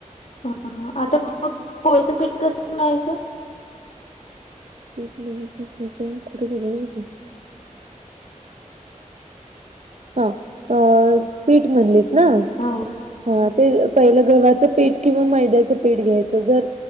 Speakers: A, on the left; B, on the right.
A: हा हा आता मग पोळीचं पीठ कसं मळायच?
B: यातलं असं कुठं गेलं? हं अ पीठ म्हणलीस ना?
A: हा
B: हा ते पहिलं गव्हाचं पीठ किंवा मैद्याचं पीठ घ्यायचं जर.